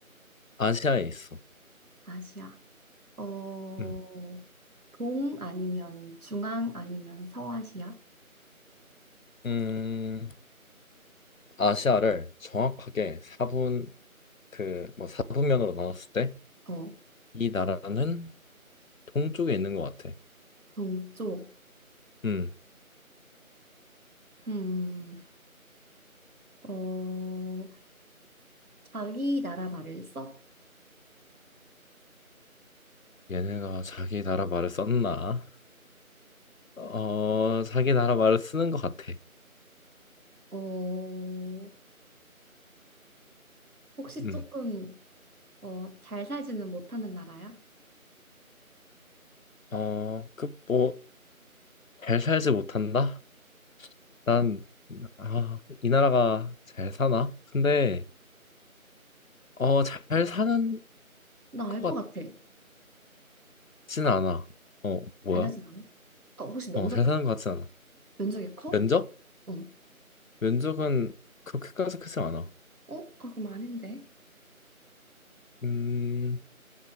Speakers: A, on the left; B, on the right.
A: 아시아에 있어.
B: 아시아. 어,
A: 음,
B: 동 아니면 중앙 아니면 서아시아?
A: 음 아시아를 정확하게 4분 그 뭐 사분면으로 나눴을 때
B: 어,
A: 이 나라는 동쪽에 있는 것 같아.
B: 동쪽.
A: 음,
B: 음, 어, 자기 나라 말을 써?
A: 얘네가 자기 나라 말을 썼나? 어, 자기 나라 말을 쓰는 것 같아.
B: 어, 혹시
A: 음,
B: 조금 어, 잘 살지는 못하는 나라야?
A: 어, 그뭐잘 살지 못한다? 난 아, 이 나라가 잘 사나? 근데 어, 잘 사는
B: 나
A: 것
B: 알 것 같아.
A: 같진 않아. 어, 뭐야?
B: 잘 살진 않아? 어, 혹시 면적이,
A: 어, 잘 사는 것 같진 않아.
B: 면적이 커?
A: 면적?
B: 응.
A: 면적은 그렇게까지 크지 않아.
B: 어? 아, 그럼 아닌데.
A: 음,